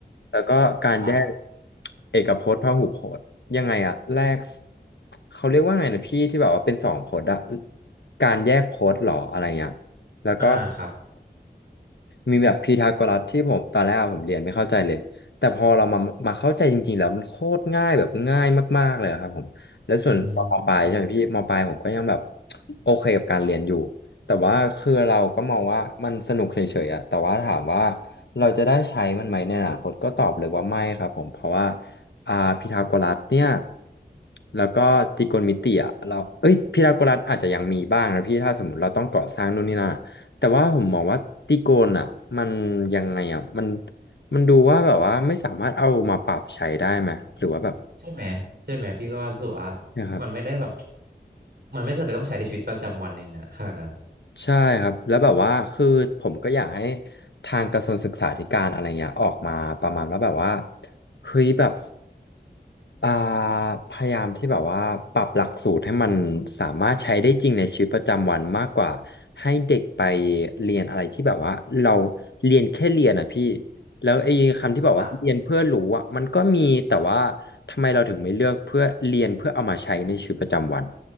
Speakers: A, on the left; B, on the right.
A: แล้วก็การแยก
B: ครับ
A: เอกพจน์พหุพจน์ยังไงอะแรกเขาเรียกว่าไงนะพี่ที่แบบว่าเป็นสองพจน์อะการแยกพจน์หรออะไรเงี้ยแล้วก็
B: อ่าครับ
A: มีแบบพีทาโกรัสที่ผมตอนแรกอะผมเรียนไม่เข้าใจเลยแต่พอเรามามาเข้าใจจริงๆแล้วมันโคตรง่ายแบบง่ายมากๆเลยอะครับผมแล้วส่วนตอนมปลายใช่ไหมพี่มปลายผมก็ยังแบบ
B: อืม
A: โอเคกับการเรียนอยู่แต่ว่าคือเราก็มองว่ามันสนุกเฉยๆอะแต่ว่าถามว่าเราจะได้ใช้มันไหมในอนาคตก็ตอบเลยว่าไม่ครับผมเพราะว่าอ่าพีทาโกรัสเนี่ยแล้วก็ตรีโกณมิติอ่ะเราเอ้ยพีทาโกรัสอาจจะยังมีบ้างนะพี่ถ้าสมมติเราต้องก่อสร้างนู่นนี่นั่นอะ แต่ว่าผมมองว่าตีโกนอ่ะมันยังไงอ่ะมันมันดูว่าแบบว่าไม่สามารถเอามาปรับใช้ได้ไหมหรือว่าแบบ
B: ใช่ไหมใช่ไหมพี่ก็รู้สึกว่า
A: นะครับ
B: มันไม่ได้แบบมันไม่จำเป็นต้องใช้ในชีวิตประจำวันอย่างเงี้ยขนาดนั้น
A: ใช่ครับแล้วแบบว่าคือผมก็อยากให้ทางกระทรวงศึกษาธิการอะไรเงี้ยออกมาประมาณว่าแบบว่าเฮ้ยแบบอ่าพยายามที่แบบว่าปรับหลักสูตรให้มันสามารถใช้ได้จริงในชีวิตประจำวันมากกว่าให้เด็กไปเรียนอะไรที่แบบว่าเราเรียนแค่เรียนอ่ะพี่แล้วไอ้คำที่บอกว่าเรียนเพื่อรู้อ่ะมันก็มีแต่ว่า
B: ครับ
A: ทำไมเราถึงไม่เลือกเพื่อเรียนเพื่อเอามาใช้ในชีวิตประจำวัน